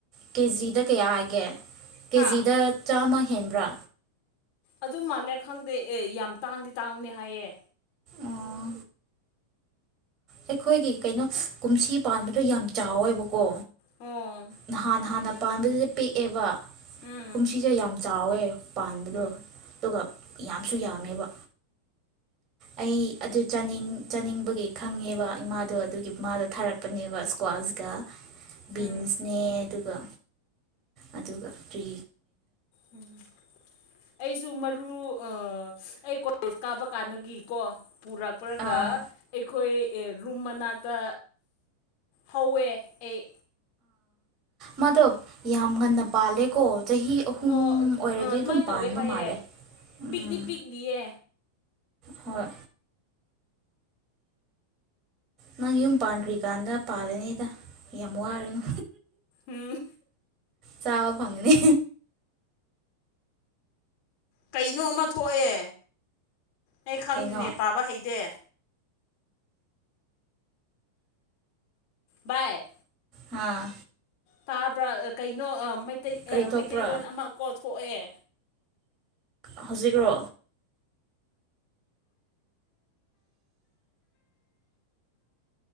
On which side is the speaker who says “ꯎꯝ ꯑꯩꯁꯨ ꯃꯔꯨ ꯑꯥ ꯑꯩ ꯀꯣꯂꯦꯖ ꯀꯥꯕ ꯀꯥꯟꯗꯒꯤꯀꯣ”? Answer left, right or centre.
Left